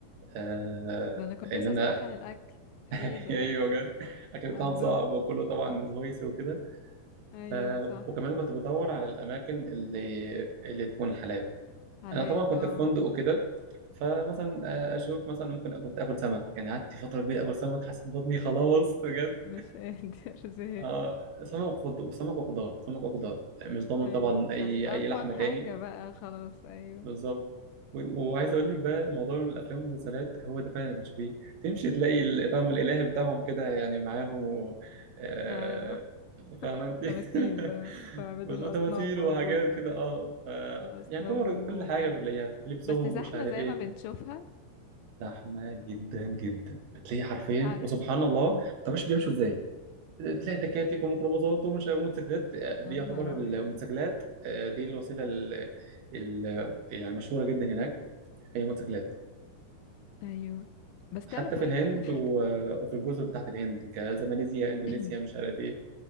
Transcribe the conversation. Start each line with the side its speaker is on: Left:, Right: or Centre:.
Right: آه،
Left: ده انا كنت
Right: ان
Left: لسه
Right: انا
Left: اسالك عن الاكل ايه
Right: <laughs>
Left: ده
Right: ايوه بجد الاكل بتاعهم
Left: عندهم
Right: صعب وكله طبعا سبايسي وكده
Left: ايوه
Right: ف...
Left: صح
Right: وكمان كنت بدور على الاماكن اللي اللي تكون حلال
Left: حلال
Right: انا طبعا كنت
Left: اه
Right: في فندق وكده فمثلا آه، اشوف مثلا ممكن كنت اكل سمك يعني قعدت فتره كبيره اكل سمك حسيت بطني خلاص بجد
Left: مش قادر <laughs> زهق
Right: اه سمك وخضار سمك وخضار سمك وخضار مش ضامن
Left: ايوه
Right: طبعا
Left: صح
Right: اي
Left: اضمن
Right: اي لحمه
Left: حاجة
Right: تاني
Left: بقى خلاص ايوه
Right: بالظبط و- وعايز اقول لك بقى موضوع الافلام والمسلسلات هو ده فعلا اللي بتشوفيه تمشي تلاقي ال- فاهمه الالهي بتاعهم كده يعني معاهم آه،
Left: آه
Right: فاهمه
Left: <laughs>
Right: انت
Left: تماثيل
Right: <laughs>
Left: بقى فبدو
Right: وتماثيل
Left: الاصنام موجودة
Right: وحاجات كده اه ف
Left: الاصنام
Right: يعني طبعا كل
Left: موجودة
Right: حاجه بتلاقيها لبسهم
Left: بس زحمة
Right: مش عارف
Left: زي
Right: ايه
Left: ما بنشوفها
Right: زحمه جدا جدا بتلاقي حرفيا
Left: تتعرق
Right: وسبحان الله
Left: مم.
Right: طب مش بيمشوا ازاي تلاقي تكاتك وميكروباصات ومش عارف موتوسيكلات آه، دي
Left: يا
Right: يعتبر
Left: نهار
Right: الموتوسيكلات
Left: ابيض
Right: آه، دي الوسيله ال ال- يعني مشهوره جدا هناك هي موتوسيكلات
Left: ايوه بس
Right: حتى
Left: تعرف
Right: في
Left: اقولك
Right: الهند
Left: على حاجة
Right: و... وفي الجزر بتاعت الهند كزماليزيا اندونيسيا
Left: <clears throat>
Right: مش عارف ايه